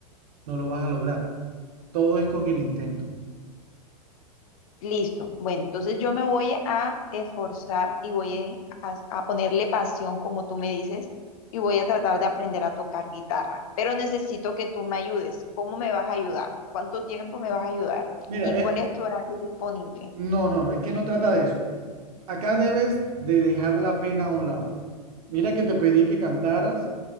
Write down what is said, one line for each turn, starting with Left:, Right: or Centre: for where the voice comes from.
Right: no lo vas a lograr. Todo es con el intento.
Left: Listo. Bueno, entonces yo me voy a esforzar y voy a, a ponerle pasión, como tú me dices, y voy a tratar de aprender a tocar guitarra. Pero necesito que tú me ayudes. ¿Cómo me vas a ayudar? ¿Cuánto tiempo me vas a ayudar?
Right: Mira,
Left: ¿Y cuál
Right: es,
Left: es tu horario disponible?
Right: no, no, es que no trata de eso. Acá debes de dejar la pena a un lado. Mira que te pedí que cantaras